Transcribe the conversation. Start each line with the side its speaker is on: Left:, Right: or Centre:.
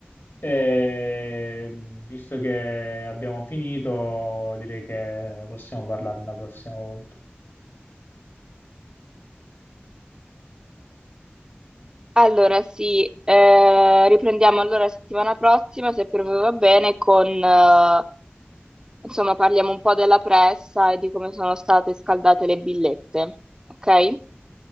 Left: e mh, visto che abbiamo finito, direi che possiamo parlarne la prossima volta.
Right: Allora sì, eh, riprendiamo allora la settimana prossima, se per voi va bene, con eh, Insomma, parliamo un po' della pressa e di come sono state scaldate le billette. Ok?